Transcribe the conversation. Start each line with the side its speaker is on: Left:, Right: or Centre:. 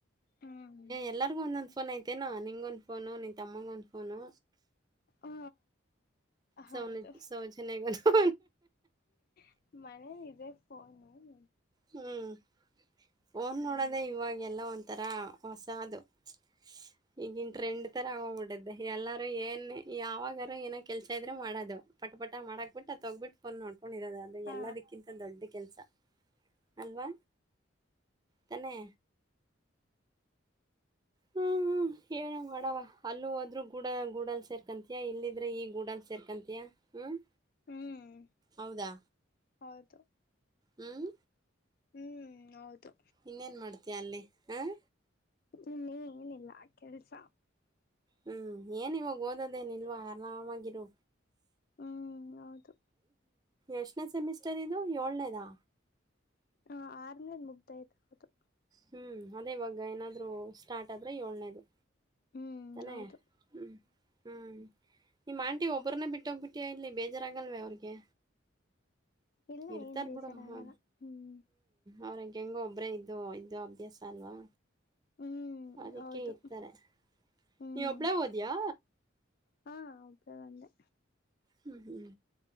Left: ಹ್ಮ್
Right: ಎಲ್ಲರಿಗು ಒಂದೊಂದು್ ಫೋನ್ ಯ್ತು ಅತ್ತೇನಾ ನಿಂಗೊಂದು ಫೋನು ನಿ ತಮ್ಮಂಗ ಒಂದ ಫೋನು
Left: ಹ
Right: ಸೌನ
Left: ಹೌದು
Right: ಸೌ ಚನ್ನದು
Left: ಹ್ಮ ಮನೇನ ಇದೆ ಹ ನ ಮಾಮ
Right: ಹ್ಮ್ ಫೋನ್
Left: ಹ್ಮ್
Right: ನೋಡೋದೇ ಇವಾಗೆಲ್ಲ ಒಂಥರ ಹೊಸ ಅದು ಹ ಈಗಿನ್ ಟ್ರೆಂಡ್ ತರ ಆಗೋಗ್ಬಿಟ್ಟಿದ್ದೆ ಎಲ್ಲಾರೂ ಏನ್ ಯಾವಾಗಾರೂ ಏನೋ ಕೆಲ್ಸ ಇದ್ರೆ ಮಾಡೋದು ಪಟ ಪಟ ಮಾಡಕ್ ಬಿಟ್ಟು ಅ ತೊಗ್ಬಿಟ್ಟು ಕೊಂಡ್ ನೋಡ್ಕೊಂಡಿ ಇರೋದು ಅದು
Left: ಹ
Right: ಎಲ್ಲದಕ್ಕಿಂತ ದೊಡ್ಡ ಕೆಲ್ಸ ಅಲ್ವಾ ತನೆ ಹ್ಮ ಹ ನ ಮಾಡವ ಅಲ್ಲೂ ಹೋದ್ೂ ಗೂಡ ಗೂಡಲ್ ಸೇರ್ಕಂತಯಾ ಇಲ್ಲಿದ್ರೆ ಈ ಗೂಡಲ್ ಸೇರ್ಕಂತಯಾ ಹ್ಮ್
Left: ಹ್ಮ್
Right: ಹೌದಾ
Left: ಹೌದು
Right: ಹ್ಮ್
Left: ಹ್ಮ್ ಹೌದು
Right: ಇನ್ನೇನು ಮಾಡ್ತೀಯಾ ಅಲ್ಲಿ ಹಾಂ
Left: ಇನ್ನ ಏನಿಲ್ಲ ಕೆಲ್ಸ
Right: ಹ್ಮ್ ಏನ್ ಇವಾಗ ಓದದೇನ್ ಇಲ್ವಾ ಆರಾಮಾಗಿರು
Left: ಹ್ಮ್ ಹೌದು
Right: ಎಷ್ಟನೇ ಸೆಮಿಸ್ಟರ್ ಇದು ಏಳ್ನೇದಾ
Left: ಹ ಆರ್ನೇದ ಮುಗ್ದಾಯ್ತ ಹೌದು
Right: ಹ್ಮ್ ಅದೇ ಇವಾಗ ಏನಾದ್ರು ಸ್ಟಾರ್ಟ್ ಆದ್ರೆ ಏಳ್ನೇದು
Left: ಹ್ಮ್
Right: ತನ
Left: ಹೌದು
Right: ಹ್ಮ್ ಹ್ಮ್ ನಿಮ್ಮ್ ಆಂಟಿ ಒಬ್ಬ್ರನ್ನ ಬಿಟ್ಟೋಗ್ಬಿಟ್ಟಯ ಇಲ್ಲಿ ಬೇಜಾರಾಗಲ್ವೇ ಅವ್ರಿಗೆ
Left: ಇಲ್ಲ
Right: ಇರ್ತಾರ
Left: ಏನ್ ಬೇಜಾರಾಗಲ್ಲ
Right: ಬಿಡ ಹ್ಮ್
Left: ಹ್ಮ್
Right: ಅವ್ರ ಹೆಂಗ ಹೆಂಗ ಒಬ್ರೇ ಇದೋ ಇದದು ಅಭ್ಯಾಸ ಅಲ್ವಾ
Left: ಹ್ಮ್
Right: ಅದಕ್ಕೆ
Left: ಹೌದು
Right: ಇರ್ತಾರೆ
Left: ಹ್ಮ್
Right: ನೀವ ಒಬ್ಳೇ ಓದಿಯಾ
Left: ಹಾ ಒಬ್ರೇದಂದೆ
Right: ಹ್ಮ್ ಹ್ಮ್